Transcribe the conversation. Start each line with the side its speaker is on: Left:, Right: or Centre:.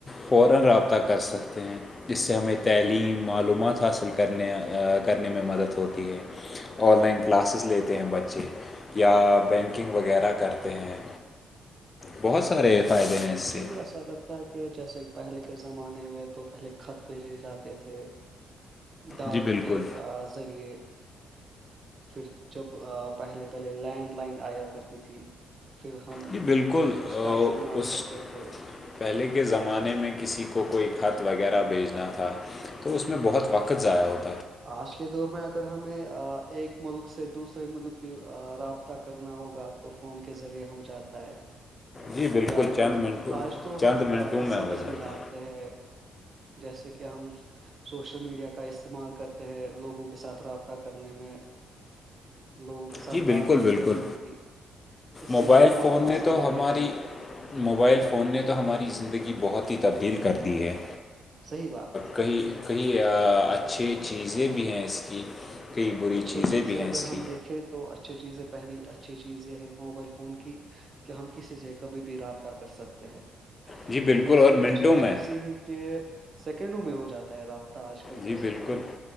Left: <unintelligible> ج سے ہمیں تعلیم معلومات حاصل کرنے کرنے میں مدد ہوتی ہے آن لائن کلاسز لیتے ہیں بچے یا بینکنگ وغیرہ کرتے ہیں بہت سارے
Right: ہاں
Left: فائدے
Right: مجھے
Left: ہیں اس سے
Right: بھی ایسا لگتا کہ جیسے پہلے کے زمانے میں تو پہلے خط بھیجے جاتے تھے ڈاک
Left: جی بالکل
Right: کے ذریعے پھر جب پہلے پہلے لینڈ لائن آیا کرتی تھی پھر ہم
Left: جی بالکل
Right: اس کا استعمال
Left: اس
Right: کرتے تھے
Left: پہلے کے زمانے میں کسی کو کوئی خط وغیرہ بھیجنا تھا تو اس میں بہت وقت ضائع ہوتا ہے
Right: آج کے دور میں اگر ہمیں ایک ملک سے دوسرے ملک بھی رابطہ کرنا ہوگا تو فون کے ذریعے ہو جاتا ہے
Left: جی بالکل
Right: یا اگر
Left: چند منٹوں
Right: آج تو
Left: چند
Right: ہم
Left: منٹوں
Right: ایس
Left: میں
Right: ایم
Left: ہو
Right: ایس
Left: جاتا
Right: بھی ڈالتے ہے جیسے کہ ہم سوشل میڈیا کا استعمال کرتے لوگوں کے ساتھ رابطہ کرنے میں لوگوں کے ساتھ
Left: جی
Right: بات
Left: بالکل
Right: چیت
Left: بالکل
Right: کرنی ہوگی اس
Left: موبائل
Right: سے ہمیں کافی
Left: فون نے
Right: آسانی
Left: تو ہماری
Right: ہو گئی ہے
Left: موبائل فون نے تو ہماری زندگی بہت ہی تبدیل کر دی ہے
Right: صحیح بات ہے
Left: کہئی کئی اچھی چیزیں بھی ہیں اس کی کئی بری
Right: اچھے چیزیں
Left: بھی ہیں
Right: اگر
Left: اس
Right: ہم
Left: کی
Right: دیکھیں تو اچھی چیزیں پہری اچھی چیز یہ ہے موبائل فون کی کہ ہم کسی سے کبھی بھی رابطہ کر سکتے ہے
Left: جی بالکل
Right: دوسری
Left: اور منٹوں
Right: اچھی چیز
Left: میں
Right: یہ ہے کہ سیکنڈوں میں ہو جاتا ہے رات آج کل
Left: جی
Right: تو
Left: بالکل